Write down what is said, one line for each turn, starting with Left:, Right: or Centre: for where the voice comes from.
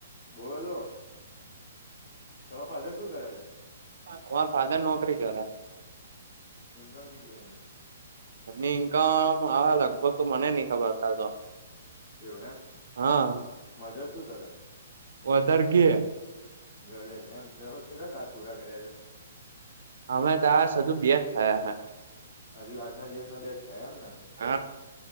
Left: બોલો તમારા ફાધર શું કરે છે?
Right: અમાર ફાધર નોકરી કરે
Left: ઇન્કમ કેટલી એમને
Right: એમની ઈનકમ હવે લગભગ તો મને ની ખબર તાતો
Left: એવું એમ
Right: હા
Left: મધર શું કરે?
Right: ઓતાર કે
Left: ઘરે છે એમ તમે કેટલા ટાસ્ક પૂરા કર્યા છે.
Right: અમે ટાસ્ક હજુ બેજ થયા હે
Left: હજુ આજના દિવસના બે થયા એમ ને હ
Right: હા